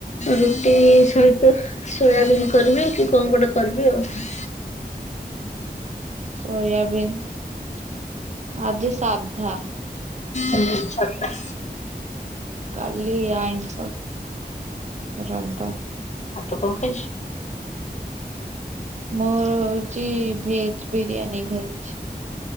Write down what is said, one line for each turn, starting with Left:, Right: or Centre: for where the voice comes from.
Left: ରୁଟି ସହିତ ସୋୟାବିନ୍ କରିବି କି କଣ ଗୋଟେ କରିବି ଆଉ ହୁଁ
Right: ସୋୟାବିନ ଆଜି ସାଧା
Left: ଉ ଛତା
Right: କାଲି ଆଇଁଷ ରବାର
Left: ଆଉ ତ କଣ ଖାଇଛ?
Right: ମୁ ହଉଛି ଭେଜେ ବିରିୟାନୀ ଖାଇଛି।